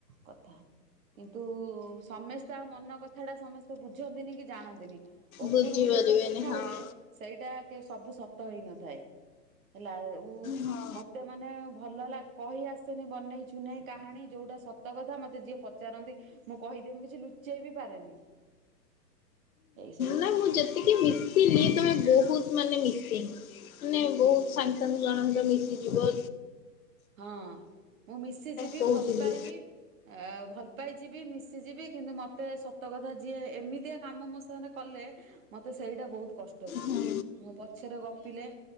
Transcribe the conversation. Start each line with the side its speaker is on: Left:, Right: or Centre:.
Right: କଥା। କିନ୍ତୁ ସମେସ୍ତେ ଆଉ ମନ କଥାଟା ସମେସ୍ତେ ବୁଝନ୍ତିନି କି ଜାଣନ୍ତିନି। ଓପୁରୁକୁ
Left: ବୁଝିପାରିବେନି
Right: ଯୋଉଟା ଦେଖା
Left: ହଁ
Right: ହୁଏ।
Left: ହଁ
Right: ସେଇଟା କେବେ ସବୁ ସତ ହୋଇ ନଥାଏ। ହେଲା ଏ
Left: ହଁ।
Right: ମତେ ମାନେ ଭଲ ଲା କହି ଆସୁନି ବନେଇ ଚୁନେଇ କାହାଣୀ ଯୋଉଟା ସତ କଥା ମୋତେ ଯିଏ ପ ପଚାରନ୍ତି ମୁଁ କହି ଦିଏ ମୁଁ କିଛି ଲୁଚେଇ ବି ପାରେନି ଏଇ ସବୁ
Left: ନାଇଁ
Right: କଥା।
Left: ମୁଁ ଯେତିକି ମିସିଲି ତମେ ବୋହୁତ୍ ମାନେ ମିଶିଙ୍ଗ। ମାନେ ବୋହୁତ୍ ସାଙ୍ଗେ ସାଙ୍ଗେ ଜଣଙ୍କ ସହିତ ମିଶି ଯିବ।
Right: ହଁ ମୁଁ ମିଶି ଯିବି,
Left: କହୁଥିଲି
Right: ଭଲ୍ ପାଇବି। ଆ ଭଲ୍ ପାଇ ଯିବି, ମିଶିଯିବି କିନ୍ତୁ ମତେ ସତ କଥା ଯିଏ ଏମିତିଆ କାମ ମୋ ସାଙ୍ଗରେ କଲେ, ମତେ ସେଇଟା ବୋହୁତ୍ କଷ୍ଟ ଦିଏ,
Left: ହୁଁ
Right: ମୋ ପଛରେ ଗପିଲେ